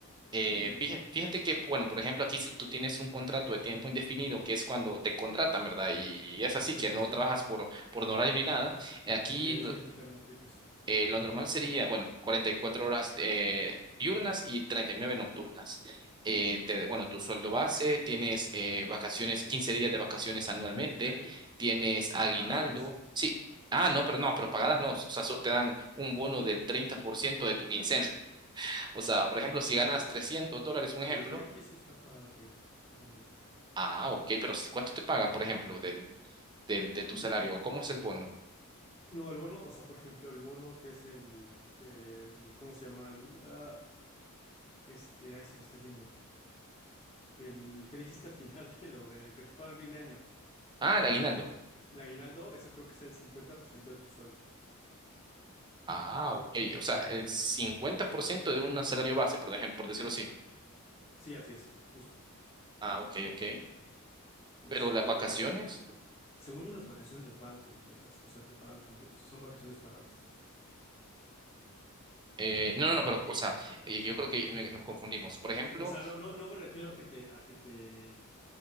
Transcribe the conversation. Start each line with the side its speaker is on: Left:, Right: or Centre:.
Right: Eh,
Left: tienen?
Right: fíjate, fíjate que, bueno, por ejemplo, aquí si tú tienes un contrato de tiempo indefinido, que es cuando te contratan, ¿verdad? Y, y es así,
Left: Sí,
Right: que
Left: sí,
Right: no
Left: sí.
Right: trabajas por, por no horarios ni nada. eh, Aquí
Left: Ok, sí, aquí también aplica eso.
Right: Eh, lo normal sería, bueno, 44 horas eh, diurnas y 39 nocturnas. Eh, te- bueno, tu sueldo base, tienes eh, vacaciones, 15 días de vacaciones anualmente,
Left: Ok.
Right: tienes aguinaldo.
Left: Pagadas.
Right: Sí, ah, no, pero no, pero
Left: Ah,
Right: pagadas no. O sea, solo te dan un bono del 30%
Left: mm, ok,
Right: de tu quincena. <laughs> O sea,
Left: ok.
Right: por ejemplo, si ganas 300 dólares, un ejemplo.
Left: Creo que aquí sí están pagadas, fíjate, según yo.
Right: Ah, ok, pero si- ¿cuánto te pagan, por ejemplo, del, del, de tu salario?
Left: Mm.
Right: o ¿Cómo es el bono?
Left: No, el bono, o sea, por ejemplo, el bono que es el del, ¿cómo se llama? El, ah, este, ahí se me está yendo. El que dijiste al final de lo de que te pagan fin de año.
Right: Ah, el aguinaldo.
Left: El aguinaldo, eso creo que es el 50% de tu sueldo.
Right: Ah, ok.
Left: Es esto,
Right: O sea,
Left: aguinaldo.
Right: el 50% de un salario base, por ejemplo, por decirlo así.
Left: Sí, así es, justo.
Right: Ah, ok, ok.
Left: Este,
Right: Pero las vacaciones,
Left: según yo, las vacaciones las pagan completas, o sea, te pagan completos son vacaciones pagadas, pues.
Right: eh, no, no, no, pero, o sea, eh, yo creo que me- nos confundimos. Por ejemplo,
Left: O sea, no, no, no me refiero a que te, a que te